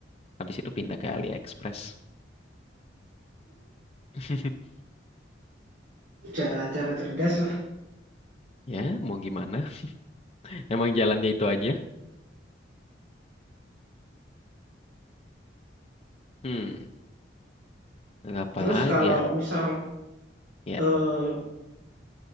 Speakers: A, on the left; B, on the right.
A: Habis itu pindah ke AliExpress. <laughs>
B: Cara-cara cerdas lah.
A: Ya, mau gimana? <laughs> Emang jalannya itu aja? Hmm, apa
B: Terus
A: lagi
B: kalau
A: ya?
B: misal
A: Ya,
B: eh,